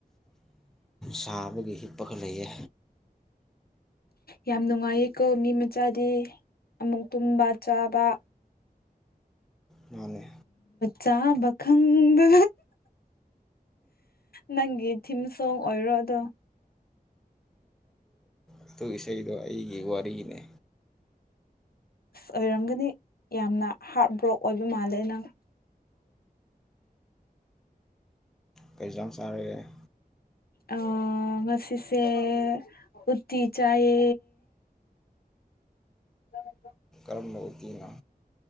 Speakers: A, in the centre; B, on the left (about 70°).
A: ꯁꯥꯕꯒꯤ ꯍꯤꯞꯄꯈ ꯂꯩꯌꯦ
B: ꯌꯥꯝ ꯅꯨꯡꯉꯥꯏꯌꯦ ꯀꯧ ꯃꯤ ꯃꯆꯥꯗꯤ ꯑꯃꯨꯛ ꯇꯨꯝꯕ ꯆꯥꯕ
A: ꯃꯥꯅꯦ
B: ꯆꯥꯕꯈꯪꯗ ꯅꯪꯒꯤ ꯊꯤꯝ ꯁꯣꯡ ꯑꯣꯏꯔꯣ ꯑꯗꯣ
A: ꯑꯗꯨꯒꯤ ꯏꯁꯩꯗꯣ ꯑꯩꯒꯤ ꯋꯥꯔꯤꯅꯤ
B: ꯑꯁ ꯑꯣꯏꯔꯝꯒꯅꯤ ꯌꯥꯝꯅ ꯍꯥꯔꯠ ꯕ꯭ꯔꯣꯛ ꯑꯣꯏꯕ ꯃꯥꯜꯂꯦ ꯅꯪ
A: ꯀꯩꯖꯣꯡ ꯆꯥꯔꯒꯦ
B: ꯑ ꯉꯁꯤꯁꯦ ꯎꯠꯇꯤ ꯆꯌꯦ ꯍ
A: ꯀꯝꯃꯇꯅ